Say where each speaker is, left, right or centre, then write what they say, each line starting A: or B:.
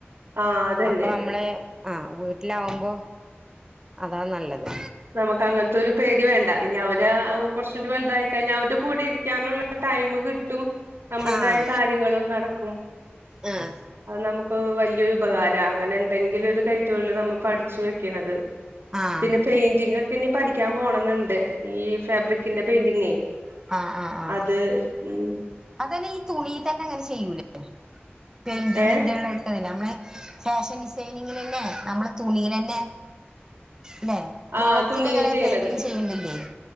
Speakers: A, on the right (about 70°); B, on the right (about 15°).
A: ആഹ് അതന്നെ
B: അപ്പൊ അമ്മള് ആ വീട്ടിലാവുമ്പോ അതാ നല്ലത്
A: നമ്മക്ക് അങ്ങൻത്തൊരു പേടി വേണ്ട ഇനി അവ രാ. അവൻ കുറച്ചൂടി വലുതായി കഴിഞ്ഞാ അവൻ്റെ കൂടെ ഇരിക്കാനുള്ള ടൈംമ് കിട്ടും. നമ്മുടേതായ
B: ആഹ്
A: കാര്യങ്ങളും നടക്കും.
B: ആഹ്
A: അത് നമു ഇപ്പോ വലിയൊരു ഉപകാരാ. അങ്ങനെ എന്തെങ്കിലും ഒരു കൈ തൊഴില് നമ്മ പഠിച്ചു വെക്കിണത്.
B: ആഹ് ആഹ്
A: പിന്നെ പെയിന്റിങ് ക്കെനി പഠിക്കാൻ പോണംന്ന്ണ്ട്. ഈ ഫാബ്രിക്കിന്റെ പെയിന്റിങ്ങേ.
B: ആഹ് ആഹ് ആഹ്
A: അത് ഉം
B: അതന്നെ ഈ തുണീ തന്നെ ഇങ്ങനെ ചെയ്യൂലേ? പെയിന്റിങ്ങിന്റെ
A: ഏ
B: <unintelligible> വേ ഫാഷൻ ഡിസൈനി ങന്നെ. നമ്മള് തുണീലന്നേ. ല്ലേ ക്ലോത്തിൽ
A: ആ തുണിയില്
B: അങ്ങനെ
A: ചെയ്യണത്
B: പെയിന്റിങ് ചെയ്യണ്ടില്ലേ.